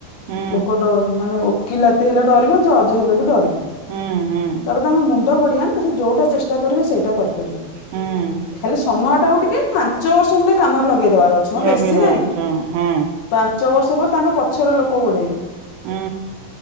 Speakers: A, on the right (about 80°); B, on the left (about 85°).
A: ହୁଁ
B: ଲୋକ ଡ ମାନେ ଓ କିଲାତି ହେଲେ ଡରିବେ ଯେ ଜଜ୍ ହେଲେ ବି ଡରିବେ
A: ହୁଁ ହୁଁ
B: ତାପରେ ତାଙ୍କ ମୁ ଣ୍ତ ବଢିଆ ନା ସେ ଯୋଉଟା ଚେଷ୍ଟା କରିବେ ସେଇଟା କରିପାରିବେ
A: ହୁଁ
B: ଖାଲି ସମୟ ଟାକୁ ଟିକେ ପ୍ଲା ଞ୍ଚ ବର୍ଷ ଖଣ୍ଡେ କାମରେ ଲଗେଇଦବାର ଅଛି ହଁ
A: ଲଗେଇଦବା
B: ବେଶୀ ନାଇଁ
A: କଥା ହଁ।
B: ପାଞ୍ଚ ବର୍ଷ ପରେ ତାଙ୍କ ପଛରେ ଲୋକ ଗୋଡେଇବେ
A: ଉଁ।